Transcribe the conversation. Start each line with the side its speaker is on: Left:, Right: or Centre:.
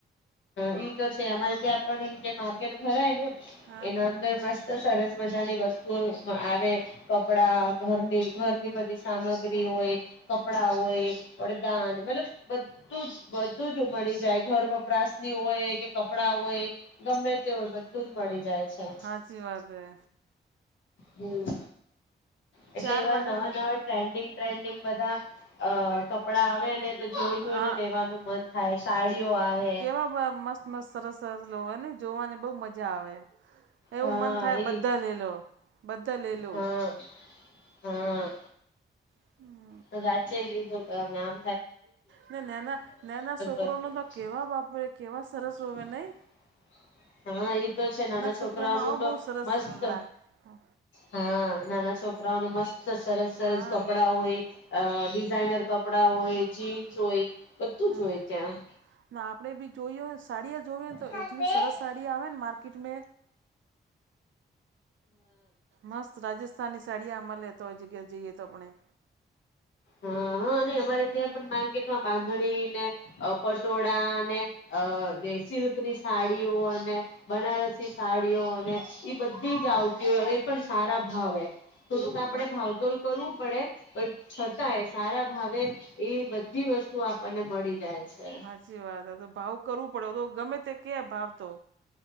Left: ઈ તો છે અમારે ત્યાં પણ જે માર્કેટ ભરાય ને
Right: હા
Left: એનો અંદર મસ્ત સરસ મજાની વ વતુ આવે, કપડા ઘરની ઘરની બધી સામગ્રી હોય કપડા હોય, વડદાન મતલબ બધું જ બધું જ મળી જાય ઘર વપરાશ હોય કે કપડા હોય ગમે તેવય બધું જ મળી જાય છે.
Right: હાચી વાત હે
Left: હમ્મ. એટલે
Right: ચાર
Left: એવા
Right: વાગે
Left: નવા નવા ટ્રેન્ડિંગ ટન્ડિંગ બધા અ કપડા આવે ને તો જોઈ જોઈને
Right: હા હા
Left: લેવાનું મન થાય સાડીઓ આવે
Right: ખબ મસ્ત મસ્ત સરસ સરસ લો હોય ને જોવાની બહુ મજા આવે એવું
Left: હા
Right: મન થાય
Left: એજ
Right: બધા લ લો. બધા લઈ લો
Left: હા હા.
Right: <inaudible>
Left: હ આચેાગબો તો મેમ
Right: નાના નાના છોકરો
Left: બધું
Right: ન તો કેવા બાપરે કેવા સરસ
Left: <inaudible>
Right: હોવે નહીં
Left: હા એ તો છે નાના છોકરાઓનું
Right: છોકરાનો આવો
Left: તો
Right: બહુ સરસ
Left: મસ્ત
Right: લાગે હા
Left: હા નાના છોકરાઓનું મસ્ત સરસ સરસ
Right: હા
Left: કપડા હોય ડિઝાઇનર કપડા હોય. જીન્સ હોય. બધું
Right: હા
Left: જ હોય ત્યાં
Right: ના આપડે બી જોયયો સાડી જોઈએ ને તો
Left: હા
Right: એટલી સરસ સાડી આવે ને મા કટમે મસ્ત રાજસ્થાની સાડીયા મળે તો જ કે જઈએ તો આપણે
Left: હા હા નહી અમારે ત્યાં પણ માર્કેટ બાંધણીને પટોળા અને અને સિલ્ક ની સાડીઓ અને બનારસ સાડીઓ અને ઈ બધી જ આવતી હો એ પણ સારા ભાવે થોડું તો આપડે
Right: હા
Left: ભાવતોલ કરવું પડે પણ છતાં એ સારા ભાવે એ બધી વસ્તુ આપણને મળી જાય છે
Right: સાચી વાત હ તો ભાવ કરવું પડે તો ગમે તે કે અભાવ તો